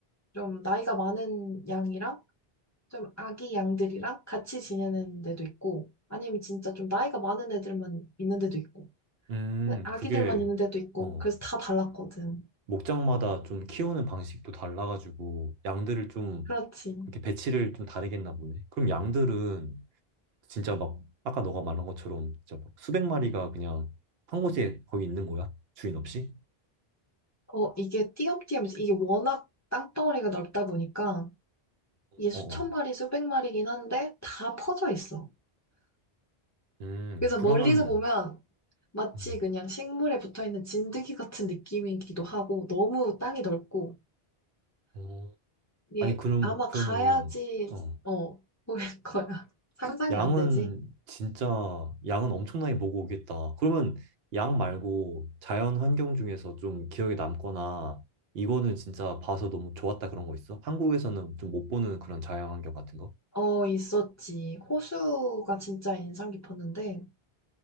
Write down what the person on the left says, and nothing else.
좀 나이가 많은 양이랑 좀 아기 양들이랑 같이 지내는 데도 있고, 아니면 진짜 좀 나이가 많은 애들만 있는 데도 있고,
근데 아기들만
있는 데도 있고,
그래서 다 달랐거든.
그렇지.
어, 이게 띄엄띄엄, 이제 이게 워낙 땅덩어리가 넓다 보니까 이게 수천
마리, 수백 마리긴 한데 다 퍼져 있어.
그래서
멀리서 보면 마치
그냥 식물에 붙어 있는 진드기 같은 느낌이기도 하고 너무 땅이 넓고
이게
아마
가야지,
어, 보일 거야. <laughs> 상상이
안 되지?
어, 있었지. 호수가 진짜 인상 깊었는데